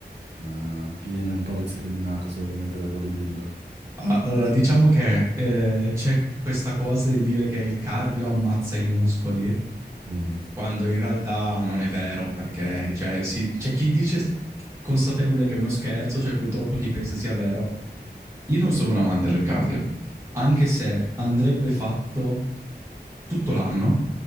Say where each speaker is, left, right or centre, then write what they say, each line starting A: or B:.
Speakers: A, on the right (about 75°); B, on the right (about 15°).
A: eh, viene un po' discriminato solitamente dai bodybuilder?
B: Allora, allora, diciamo che eh, c'è questa cosa di dire che il cardio ammazza i muscoli
A: Mhm.
B: quando in realtà non è vero, perché cioè, si- c'è chi dice consapevole che è uno scherzo, c'è cioè, purtroppo chi pensa sia vero, io non sono un amante del cardio, anche se andrebbe fatto tutto l'anno,